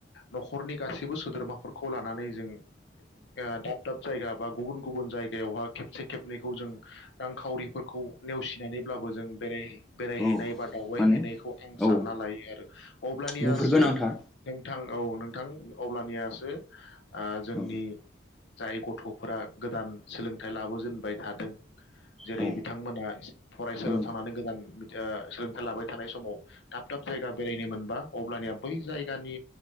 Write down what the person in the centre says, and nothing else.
औ
माने
औ
बेफोर गोनांथार
औ
औ
औ
औ